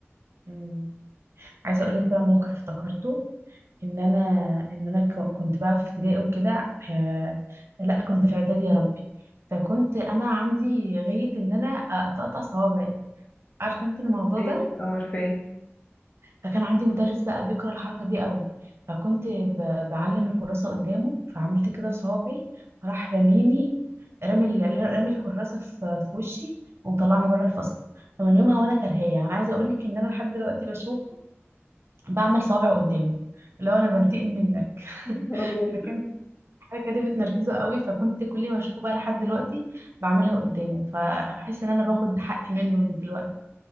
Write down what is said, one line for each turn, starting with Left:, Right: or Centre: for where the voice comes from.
Right: امم عايزه اقول لك بقى موقف افتكرته ان انا ان انا ك- كنت بقى في ابتدائي وكده آه لا كنت في اعدادي يا ربي فكنت انا عندي غاية ان انا اقطع صوابعي عارفه انت الموضوع
Left: ايوه
Right: ده
Left: اه عارفاه يا
Right: فكان عندي مدرس بقى بيكره الحركه دي قوي فكنت ب- بعلم الكراسه قدامه فعملت كده في صوابعي راح رميني رامي ال- رامي الكراسه في في وشي ومطلعني بره الفصل فمن يومها وانا كرهاه يعني انا عايزه اقول لك ان انا لحد دلوقتي بشوفه بعمل صوابعه قدامه اللي هو انا بنتقم منك
Left: نهار
Right: <laughs>
Left: ابيض
Right: فكان الحركة دي بتنرفزه قوي فكنت كل ما اشوفه بقى لحد دلوقتي بعملها قدامه فبحس ان انا باخد حقي منه من دلوقتي